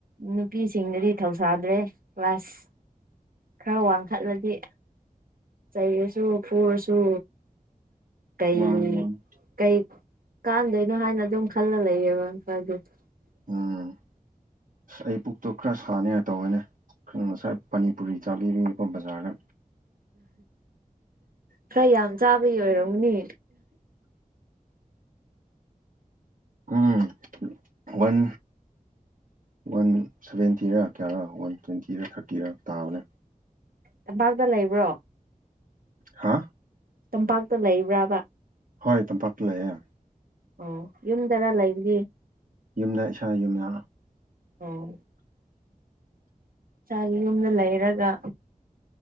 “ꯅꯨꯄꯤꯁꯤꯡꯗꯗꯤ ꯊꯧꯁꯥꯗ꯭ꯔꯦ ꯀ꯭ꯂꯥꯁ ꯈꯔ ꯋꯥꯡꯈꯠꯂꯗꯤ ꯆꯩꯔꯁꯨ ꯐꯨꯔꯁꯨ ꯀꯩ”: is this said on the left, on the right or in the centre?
Right